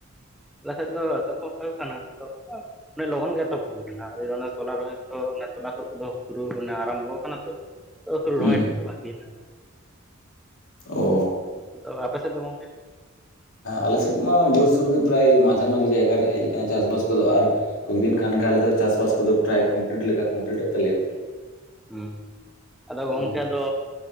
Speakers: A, in the centre; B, on the left.
A: ᱟᱞᱮᱥᱮᱫ ᱫᱚ ᱮᱛᱚᱦᱚᱵᱢᱟ ᱦᱳᱭᱠᱟᱱ ᱟᱫᱚ ᱟᱫᱚ ᱰᱤ ᱞᱚᱜᱚᱱ ᱜᱮ ᱮᱛᱚᱵ ᱠᱟᱱᱟ ᱛᱞᱟ ᱨᱚᱦᱚᱭ ᱛᱚ ᱚᱱᱮ ᱛᱚᱞᱟ ᱛᱳᱫ ᱠᱚᱫᱚ ᱥᱩᱨᱩ ᱢᱟᱱᱮ ᱟᱨᱟᱢᱵᱷᱚ ᱟᱠᱟᱱᱟ ᱛᱚ ᱦᱤᱛᱳᱜ ᱫᱚ ᱥᱩᱫᱩ
B: ᱦᱩᱸ
A: ᱨᱚᱦᱚᱭ ᱴᱟᱜ ᱵᱟᱠᱤ ᱦᱮᱱᱟᱜᱼᱟ
B: ᱚ
A: ᱟᱫᱚ ᱟᱯᱮ ᱥᱮᱫ ᱫᱚ ᱜᱚᱝᱠᱮ
B: ᱟᱞᱮ ᱥᱮᱫ ᱢᱟ ᱡᱳᱨᱥᱳᱨ ᱜᱮ ᱯᱮᱨᱟᱭ ᱢᱟᱡᱷᱟᱼᱢᱟᱡᱷᱤ ᱡᱟᱭᱜᱟ ᱨᱮ ᱦᱮᱡ ᱟᱠᱟᱱᱟ ᱪᱟᱥᱼᱵᱟᱥ ᱠᱚᱫᱚ ᱟᱨ ᱠᱚᱢᱠᱫᱤᱱ ᱠᱷᱟᱱᱜᱮ ᱟᱞᱮ ᱫᱚ ᱪᱟᱥᱵᱟᱥ ᱠᱚᱫᱚ ᱯᱮᱨᱟᱭ ᱠᱚᱢᱯᱞᱤᱴ ᱞᱮᱠᱟ ᱠᱚᱢᱯᱞᱤᱴᱚᱜ ᱛᱟᱞᱮᱭᱟ
A: ᱦᱩᱸ ᱟᱫᱚ ᱜᱚᱝᱠᱮ
B: ᱚ
A: ᱟᱫᱚ